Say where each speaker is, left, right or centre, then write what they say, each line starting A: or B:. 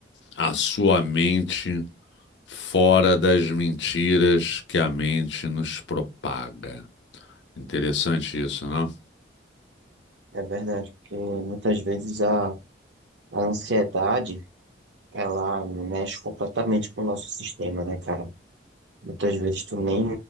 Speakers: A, on the left; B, on the right.
A: a sua mente fora das mentiras que a mente nos propaga. Interessante isso, não?
B: É verdade, porque muitas vezes a, a ansiedade, ela mexe completamente com o nosso sistema, né, cara? Muitas vezes tu nem,